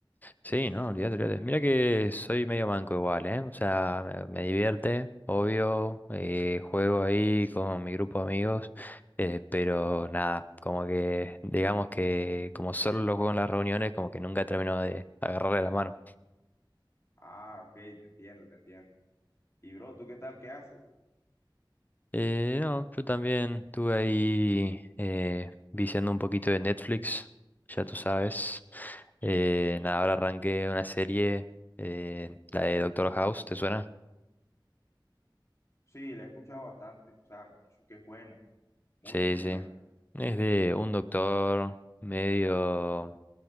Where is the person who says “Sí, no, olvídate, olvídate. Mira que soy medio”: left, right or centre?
Left